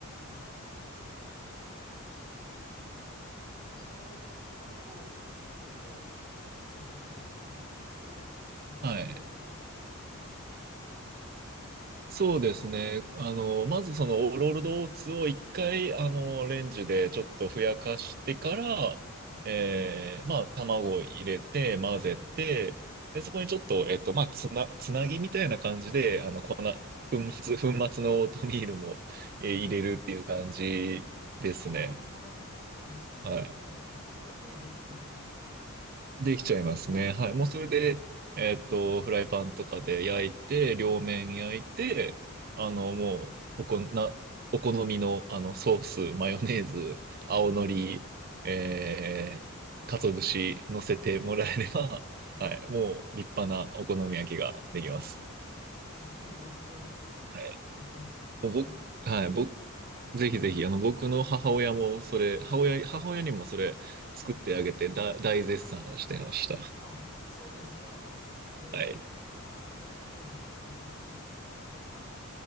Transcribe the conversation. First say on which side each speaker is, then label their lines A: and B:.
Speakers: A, on the right; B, on the right.
A: はい。そうですね。で、その粉と、えっと、ロールドミーツを混ぜて、
B: はい。
A: こう、お好み焼きにしてって感じですよね。
B: そうですね。あの、まずそのオーロルドオーツを一回、あの、レンジでちょっとふやかしてから、
A: はい、
B: えー、まあ、卵を入れて、混ぜて、
A: はい。
B: で、そこにちょっと、えっと、まあ、つな、つなぎみたいな感じで、あの、粉、
A: ええ、
B: 粉末、粉末のオートミールも、
A: ええ、
B: えー入れるっていう感じですね。
A: ええ。ああ、あ、すごい。
B: はい。
A: あ、それだけでできちゃうんですね。
B: できちゃいますね。
A: うん、うん。
B: はい。もうそれで、えーっと、フライパンとかで焼いて、両面焼いて、
A: ええ、
B: あの、もう、おこ、な、お好みの、あの、ソース、マヨネーズ、
A: ええ、
B: 青のり、えー、
A: ええ、ええ、
B: 鰹節乗せてもらえれば、
A: おお、ええ。
B: はい。もう、立派なお好み焼きができます。
A: あ、すごい美味しそうです。
B: はい。
A: え、ぜ、
B: もう僕、
A: ぜひやってみます。
B: はい。僕、ぜひぜひ、あの、僕の母親も、それ、母親、母親にもそれ、作ってあげて、
A: ええ。
B: だ、大絶賛してました。
A: あ、そうですか。あ、すごい。
B: はい。
A: なんか、それだけでなんかブログ記事が書けそうな